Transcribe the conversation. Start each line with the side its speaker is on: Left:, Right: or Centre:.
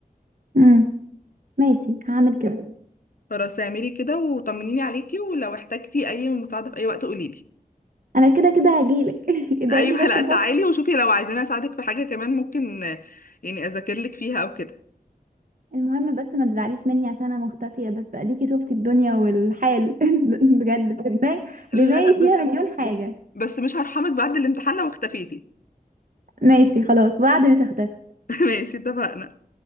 Right: امم ماشي هعمل كده
Left: خلاص اعملي كده وطمنيني عليكي ولو احتجتي أي مساعدة في أي وقت قوليلي
Right: انا كده كده هجيلك <laughs> ادعيلي
Left: ايوه لا
Right: بس الفترة
Left: تعالي وشوفي لو عايزاني اساعدك في حاجه كمان ممكن آه، يعني اذاكر لك فيها او كده
Right: المهم بس ما تزعليش مني عشان انا مختفية بس اديكي شفتي الدنيا والحال <laughs> بجد دماغي
Left: لا
Right: دماغي
Left: لا
Right: فيها
Left: بس
Right: مليون حاجة
Left: بس مش هرحمك بعد الامتحان لو اختفيتي
Right: ماشي خلاص وعد مش هختفي
Left: <laughs> ماشي اتفقنا